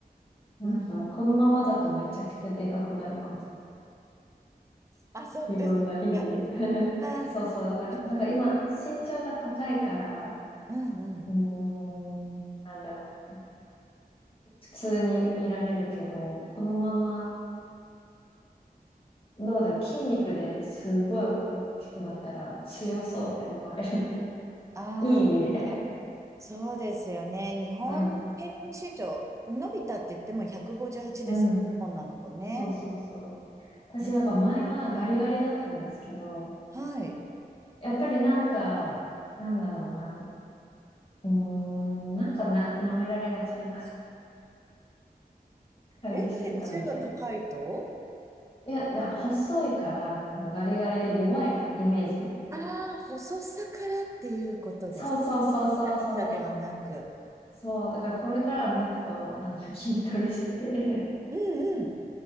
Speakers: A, on the left; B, on the right.
A: なんかこのままだとめちゃくちゃでかくなるかも。
B: うん。
A: <laughs>
B: あ、そっかそっか。
A: いろんな意味で。<laughs>
B: あ
A: そうそう。だから、
B: ー、うん
A: なんか今、身長が高いから、
B: うんうん。
A: うーん、なんだろうな。普通に見られるけど、このまま、どうだろう、筋肉ですごい大きくなったら強そうって思われる。<laughs>
B: ああ、
A: いい意味で。<laughs>
B: そうですよね。日本平均身長伸びたって言っても158です。
A: うん。うん。
B: 女の子ね。
A: そうそうそう。私なんか前はガリガリだったんですけど、
B: あらはい。
A: やっぱりなんか、なんだろうな、うーん、なんかな、舐められがちな感じ
B: え、せ背が高いと
A: <laughs> してたんで。いや、だ細いから、なんかガリガリで弱い感じ、イメージ
B: ああー、細さからっていうことです。
A: そうそうそうそうそう、
B: 高さではなく。
A: だ、そう、だからこれからもっと、あの、<laughs> 筋トレして、
B: うんうん。